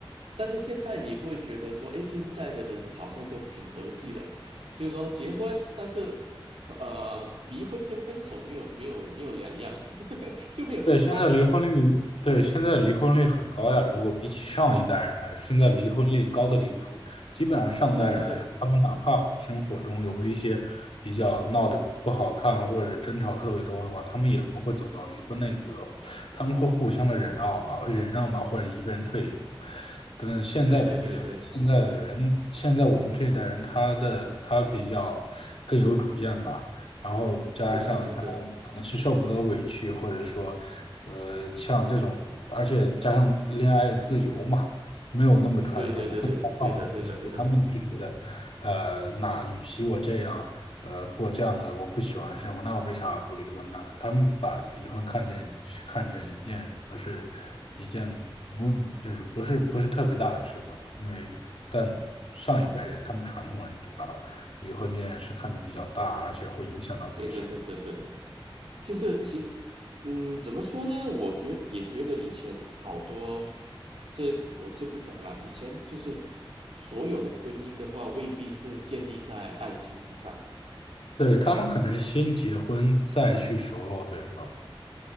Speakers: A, on the right; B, on the left.
A: 但是现在你不会觉得说，诶，现在的人好像都挺儿戏的，就是说结婚，但是呃，离婚跟分手没有没有没有两样，<laughs> 就没有什么差别。
B: 对，现在离婚率，对，现在离婚率很高呀。如果比起上一代人来说，现在离婚率高的离谱。基本上上代人来说，
A: 对对对
B: 他们哪怕生活中有一些比较闹得不好看或者争吵特别多的话，他们也不会走到离婚那一步的，他们会互相的忍让吧，忍让吧，或者一个人退一步。但是现在不一样，
A: 对对对对，
B: 现在的人，现在我们这一代人，他的他比较更有主见吧。然后加上他可能是受不得委屈，
A: 是是是是，
B: 或者说，呃，像这种，而且加上恋爱自由嘛，没有那么传统，
A: 对对对对对的对的对的。
B: 更开放一些所以他们就觉得，呃，那与其我这样，呃，过这样的我不喜欢的生活，那我为啥不离婚呢？他们把离婚看见看成一件不是一件不就是不是不是特别大的事吧，因为但上一辈人他们传统人就把离婚这件事看得比较大，而且会影响到自己生育。
A: 是是是是是，就是其实嗯，怎么说呢？我觉也觉得以前好多，这我就不懂了。以前就是所有的婚姻的话，未必是建立在爱情之上。
B: 对，他们可能是先结婚再去熟络对方，